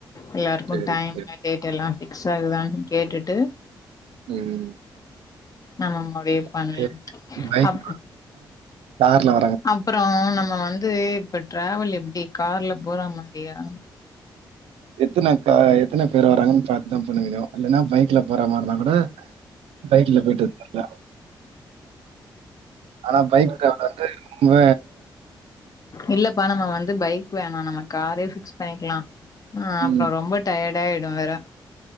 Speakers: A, on the left (about 40°); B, on the right (about 75°).
A: எல்லாருக்கு
B: சரி,
A: டைம்
B: சரி.
A: டேட் எல்லா எக்ஸா தான் கேட்டுட்டு
B: ம்.
A: நம்ம முடிவு பண்ணலா
B: எனக்கு பைக்ல
A: அப்
B: கார்ல வராங்க.
A: அப்பறோ நம்ம வந் இது இப்ப டிராவல் எப்டி கார்ல போறாம ரியா
B: எத்தனாக்கா எத் எத்தனை பேர் வராங்கன்னு பாத்துதா பண்ண முடியு இல்லனா பைக்ல போற மாரிருந்தா கூட பைக்ல போயிட்டு வந்துரலா ஆனா பைக் ட்ராவல் வந்து ரொம்ப
A: எஇல்லப்பா நம்ம வந்து பைக் வேணாம் நம்ம காரே பிக்ஸ் பண்ணிக்கலாம் ஆ அப்ப
B: ம்.
A: ரொம்ப டயர்ட் <unintelligible> வேற